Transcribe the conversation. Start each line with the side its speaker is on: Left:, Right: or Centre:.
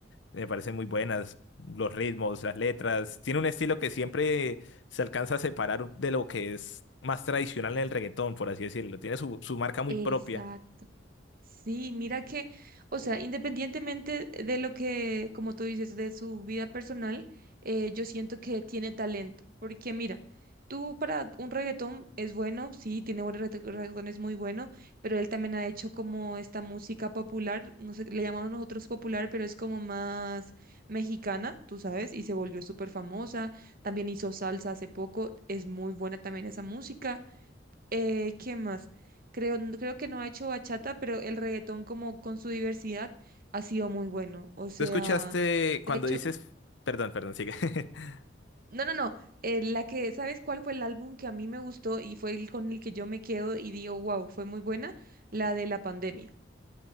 Left: me parecen muy buenas los ritmos, las letras. Tiene un estilo que siempre se alcanza a separar de lo que es más tradicional en el reggaetón, por así decirlo. Tiene su, su marca muy
Right: Exacto.
Left: propia.
Right: Sí, mira que, o sea, independientemente de lo que, como tú dices, de su vida personal, eh, yo siento que tiene talento, porque mira, tú para un reggaetón es bueno, sí, tiene buenos regga- reggaetón, es muy bueno, pero él también ha hecho como esta música popular, no sé, le llamamos nosotros popular, pero es como más mexicana, tú sabes, y se volvió súper famosa, también hizo salsa hace poco, es muy buena también esa música. Eh, ¿qué más? Creo, creo que no ha hecho bachata, pero el reggaetón como con su diversidad ha sido muy bueno. O sea,
Left: ¿Tú escuchaste
Right: de
Left: cuando
Right: hecho,
Left: dices... Perdón, perdón, sigue. <laughs>
Right: no, no, no. eh, la que, ¿sabes cuál fue el álbum que a mí me gustó y fue el con el que yo me quedo y digo, wow, fue muy buena? La de la pandemia.